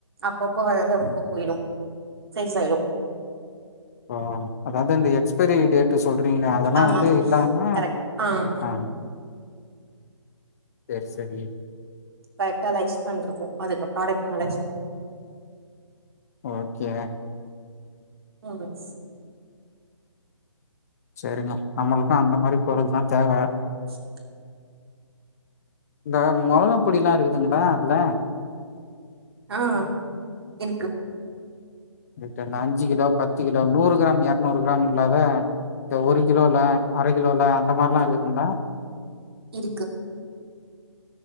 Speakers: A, on the right; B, on the left.
A: அப்பப்ப வரது அப்பப்ப போயிடும் சேல்ஸ் ஆயிடும்
B: ஓ அதாவது இந்த எக்ஸ்பைரி டேட் சொல்றீங்களே அதெல்லாம்
A: ஆமா
B: வந்து இல்லாமா
A: கரெக்ட் ம்
B: ஆ சேரி சேரி
A: கரெக்டா லைஸ் பண்றதூ அதுக்கப் ப்ராடக்ட்னல
B: ஓகே
A: <unintelligible>
B: சேரிங்க நம்மளுக்கும் அந்த மாரி பொருள் தான் தேவை
A: <inaudible>
B: இந்த மொளகா பொடியல்லாம் இருக்குதுங்களா அதுல
A: ஆ இருக்கு
B: என்ட அந்த அஞ்சு கிலோ பத்து கிலோ நூறு கிராம் நூறுகிராம் இல்லாத இந்த ஒரு கிலோல அரை கிலோல அந்த மாரில்லாம் இருக்குதுங்களா
A: இருக்கு